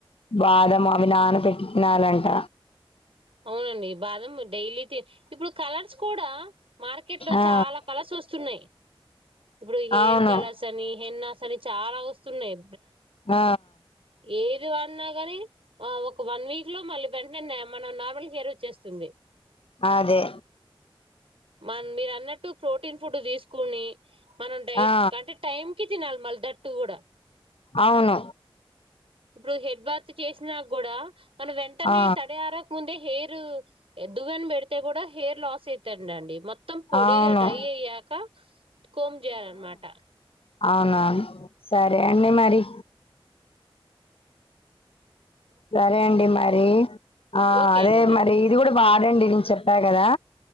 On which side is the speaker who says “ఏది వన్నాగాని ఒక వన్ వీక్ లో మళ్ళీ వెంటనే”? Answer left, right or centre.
Right